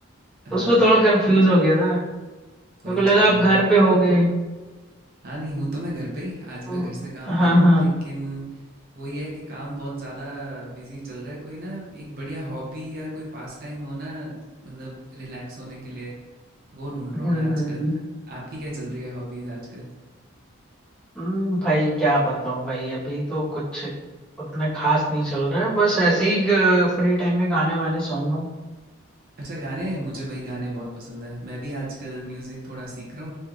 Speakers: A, on the right (about 45°); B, in the centre.
A: हाँ
B: उसमें थोड़ा कंफ्यूज हो गया था
A: कोई
B: मेरे को लगा
A: चक्कर
B: आप
A: नहीं
B: घर पे हो गए <laughs>
A: हाँ नहीं हूँ तो मैं घर पे ही आज
B: तो-
A: मैं घर से काम
B: हाँ
A: कर रहा
B: हाँ
A: हूँ लेकिन वही है कि काम बहुत ज़्यादा बिजी चल रहा है कोई ना एक बढ़िया हॉबी या कोई पास टाइम हो ना मतलब रिलैक्स होने के लिए वो ढूंढ
B: हम्म
A: रहा हूँ मैं आजकल आपकी क्या चल रही है हॉबीज आजकल
B: हम्म, भाई क्या बताऊं भाई अभी तो कुछ उतना खास नहीं चल रहा है बस ऐसे ही फ्री टाइम में गाने वाने सुन रहा हूँ
A: अच्छा गाने मुझे भाई गाने बहुत पसंद है मैं भी आजकल म्यूज़िक थोड़ा सीख रहा हूँ